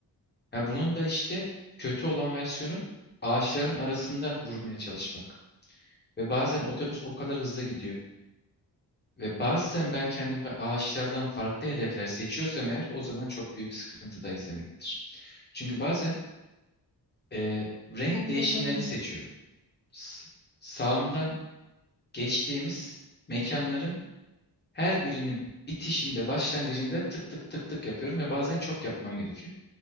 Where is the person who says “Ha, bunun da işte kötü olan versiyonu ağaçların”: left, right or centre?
Left